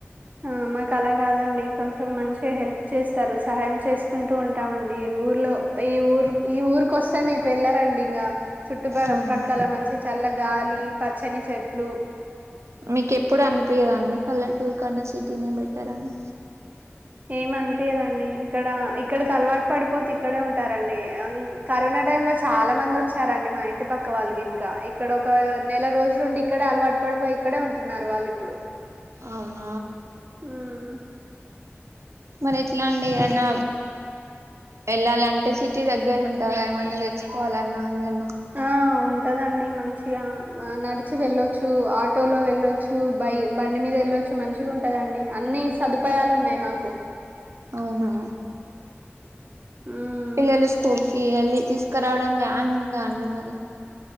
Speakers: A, on the right; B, on the right.
A: ఆ మాకు అలా గదండి కొంచెం మంచిగా హెల్ప్ చేస్తారు సహాయం చేసుకుంటూ ఉంటామండి ఇ ఊరు ర్లో పె ఈ ఊరిక్ ఈ ఊరికి వొస్తే మీరు వెళ్ళారండి డి ఇంగ చుట్టు ప
B: అవునా
A: ప్రక్కల మంచి చల్ల గాలి పచ్చని చెట్లు
B: మీకు ఎప్పుడు అనిపియ్యద అండి పల్లెటూర్ కన్నా సిటీనే బెట్టర్ అని
A: ఎం అనిపియదు అండి ఇక్కడ ఇక్కడ కి అలవాటు పడిపోతే ఇక్కడే ఉంటారండి అన్ కరోనా టైం లో చాలా మంది ఓచ్చారండి మా ఇంటి పక్క వాళ్ళు ఇంకా ఇక్కడ ఒక నెల రోజులుండి ఇక్కడే అలవాటు ప ఇగో ఇక్కడే ఉంటున్నారు వాళ్ళు ఇప్పుడు
B: అవ్న
A: హ్మ్.
B: మరి ఎట్లాండి ఏమన వెళ్ళాలంటే సిటీ దగ్గరుంటందా ఏమన్నా తెచ్చుకోవాలన్నా ఏదన్నా
A: ఆ ఉంటదండి మంచిగా నడిచి వెళ్ళొచ్చు ఆటోలో వెళ్ళొచ్చు బైక్ బండి మీద వేళ్ళచ్చు మంచిగా ఉంటదండి అన్ని సదుపాయాలున్నాయి మాకు
B: అవునా
A: మ్మ్
B: పిల్లలు స్కూల్ కి వెళ్ళి తీసుకురావడం వ్యాన్ ఉందా అండి మరి